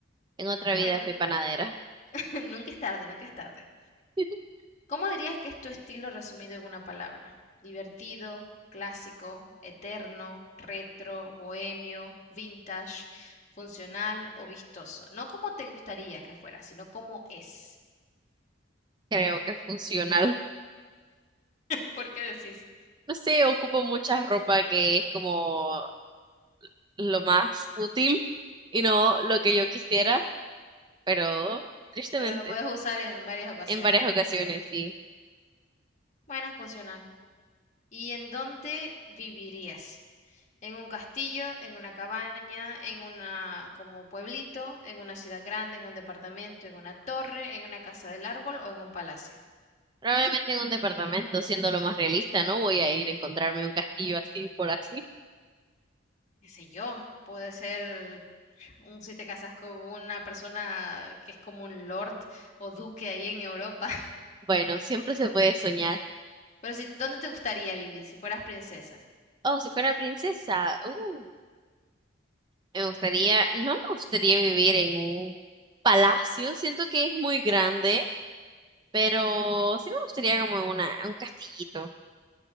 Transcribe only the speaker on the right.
En otra
vida fui panadera.
<laughs>
Creo que es funcional.
No sé, ocupo mucha ropa que es como lo más útil y no lo que yo quisiera, pero tristemente,
en varias ocasiones, sí.
Probablemente en un departamento, siendo lo más realista, no voy a ir a encontrarme un castillo así por así.
Bueno, siempre se puede soñar.
Oh, si fuera princesa, uh, me gustaría, no me gustaría vivir en un palacio, siento que es muy grande Pero sí me gustaría como una, un castillito.